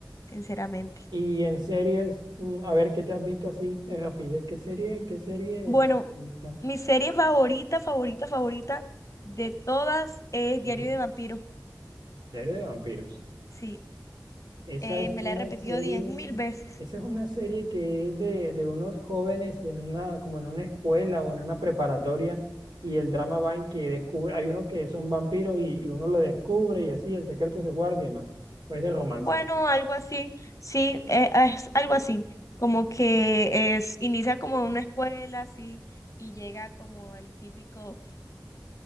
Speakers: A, on the left; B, on the right.
A: sinceramente.
B: Y en series, mm, a ver qué te has visto así de rapidez. ¿Qué serie, qué series
A: Bueno,
B: te gustan?
A: mi serie favorita, favorita, favorita de todas es
B: Mm.
A: Diario de Vampiros.
B: Serie de vampiros.
A: Sí,
B: Esa
A: eh,
B: es
A: me
B: una
A: la he repetido
B: serie,
A: diez mil veces.
B: esa es una serie que es de, de unos jóvenes en una, como en una escuela o en una preparatoria, y el drama va en que descubre, hay uno que son vampiros y, y uno lo descubre y así el secreto se guarda y demás. Pues de romance.
A: Bueno, algo así, sí, eh, es algo así, como que es, inicia como en una escuela, así, y llega como el típico